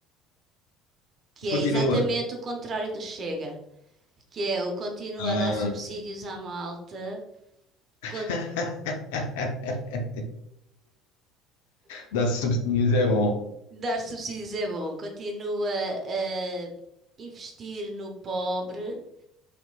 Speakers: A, on the right; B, on the left.
A: que é
B: continua.
A: exatamente o contrário do Chega, que é o continua
B: Ah.
A: a dar subsídios à malta,
B: <laughs>
A: con-
B: Dar subsídios é bom.
A: dar subsídios é bom, continua a investir no pobre